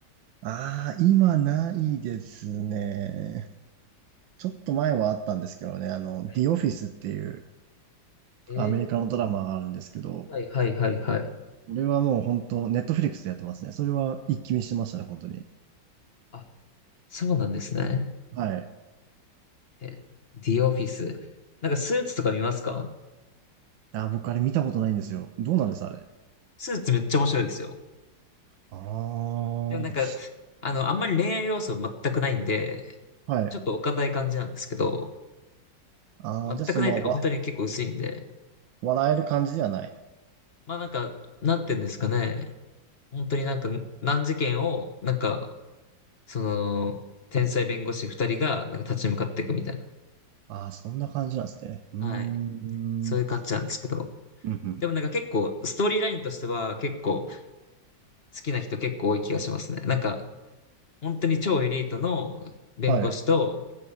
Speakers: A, on the right (about 85°); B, on the left (about 40°).
A: ああ、今ないですね。ちょっと前はあったんですけどね、あの、
B: はい。
A: The Office っていう
B: え
A: アメリカのドラマがあるんですけど、
B: ー、はいはいはいはい。
A: これはもう本当、ネットフリックスでやってますね。それは一気見してましたね、本当に。
B: あ、そうなんですね。
A: はい。
B: え、The Office。なんかスーツとか見ますか
A: あー、僕あれ見たことないんですよ。どうなんです、
B: あ
A: あれ。
B: スーツめっちゃ面白いですよ。
A: ああ、は
B: でもなんか、あの、あんまり恋愛要素全くないんで、
A: い。
B: ちょっとお堅い感じなんですけど、
A: ああ、
B: 全くないっていうか本当に結構薄いんで、
A: じゃあその、わ、笑える感じではない。
B: まあなんか、なんていうんですかね、本当になんか難事件を、なんか、その、天才弁護士二人がなんか立ち向かっていくみたいな。
A: ああ、そんな感じなんですね。うーん。
B: はい。そういう感じなんですけど。
A: うんうん。
B: でもなんか結構、ストーリーラインとしては結構好きな人結構多い気がしますね。なんか、本当に超エリートの弁護士と、
A: はい。